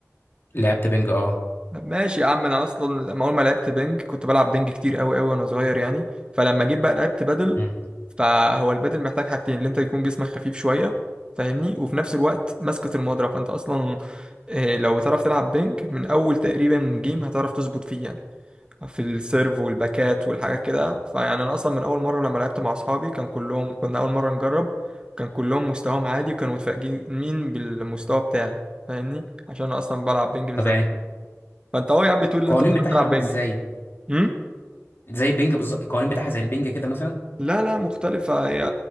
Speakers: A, on the left (about 50°); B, on the right (about 20°).
A: لعبت بينج اه
B: طب ماشي يا عم انا اصلا لما اول ما لعبت بينج كنت بلعب بينج كتير قوي قوي وانا صغير يعني فلما جيت بقى لعبت بادل
A: مم.
B: فهو البادل محتاج حاجتين اللي انت يكون جسمك خفيف شويه فاهمني وفي نفس الوقت مسكة المضرب فانت اصلا اه، لو بتعرف تلعب بينج من اول تقريبا جيم هتعرف تظبط فيه يعني في السيرف والباكات والحاجات كده فيعني انا اصلا من اول مره لما لعبت مع اصحابي كان كلهم كنا اول مره نجرب كان كلهم مستواهم عادي وكانوا متفاجئين مين بالمستوى بتاعي فاهمني عشان انا اصلا بلعب بينج من
A: طب
B: زمان
A: يعني
B: فانت اهو يا عم بتقول
A: القوانين
B: ان انت بتلعب
A: بتاعها عامله
B: بينج
A: ازاي
B: إمم؟
A: زي البينج بالظبط القوانين بتاعها زي البينج كده مثلا
B: لا لا مختلفة هي